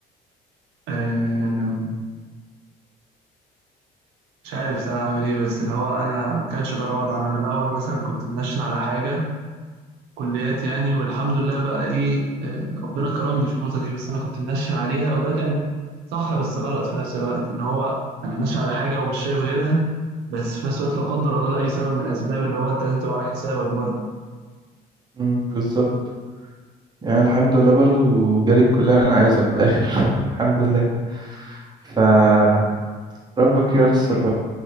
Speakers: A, on the right; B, on the right.
A: آه، مش عارف صراحه اعمل ايه بس اللي هو انا ما كانش ده الوضع انا من الاول مثلا كنت منشن على حاجه كليات يعني والحمد لله بقى ايه آه، ربنا كرمني في النقطه دي بس انا كنت منشن عليها وده كان صح بس غلط في نفس الوقت ان هو انا منشن على حاجه ومش شايف غيرها بس في نفس الوقت لا قدر الله لاي سبب من الاسباب اللي هو انت لازم تبقى عامل حسابك برضه
B: <laughs> مم، بالظبط يعني الحمد لله برضو جالي الكلية اللي أنا عايزها في الآخر <laughs> الحمد لله فربك ييسر بقى